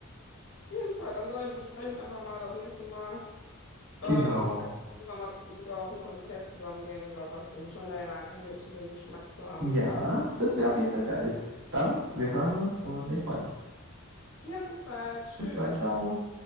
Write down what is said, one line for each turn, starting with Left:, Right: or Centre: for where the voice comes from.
Left: ja, super. Dann sage ich, wir sprechen einfach mal das nächste Mal. Ähm,
Right: Genau.
Left: und vielleicht können wir sogar mal zu, sogar auf ein Konzert zusammen gehen oder was. Wir scheinen da ja ähnlichen Geschmack zu haben.
Right: Ja, das wäre auf jeden Fall geil. Dann, wir hören uns und ich freue mich.
Left: Ja, bis bald. Tschüss.
Right: Bis bald, ciao.